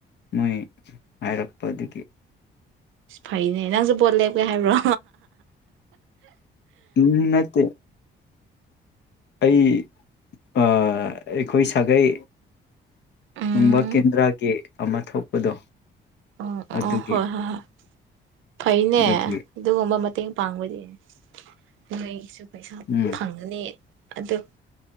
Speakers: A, on the left; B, on the right.
A: ꯃꯣꯏ ꯍꯥꯏꯔꯛꯄ ꯑꯗꯨꯒꯤ
B: ꯐꯩꯅꯦ ꯅꯪꯁꯨ ꯚꯣꯠ ꯂꯦꯞꯀꯦ ꯍꯥꯏꯕ꯭ꯔꯣ
A: ꯎꯝ ꯅꯠꯇꯦ ꯑꯩ ꯑꯥ ꯑꯩꯈꯣꯏ ꯁꯥꯒꯩ
B: ꯎꯝ
A: ꯒꯨꯝꯕ ꯀꯦꯟꯗ꯭ꯔꯒꯤ ꯑꯃ ꯊꯣꯛꯄꯗꯣ
B: ꯑꯣ
A: ꯑꯗꯨꯒꯤ
B: ꯑꯣ ꯍꯣꯏ ꯍꯣꯏ ꯍꯣꯏ ꯐꯩꯅꯦ
A: ꯑꯗꯨꯒꯤ
B: ꯑꯗꯨꯒꯨꯝꯕ ꯃꯇꯦꯡ ꯄꯥꯡꯕꯗꯤ ꯅꯣꯏꯒꯤꯁꯨ ꯄꯩꯁꯥ
A: ꯎꯝ
B: ꯐꯪꯉꯥꯅꯤ ꯑꯅꯤ ꯑꯗꯨ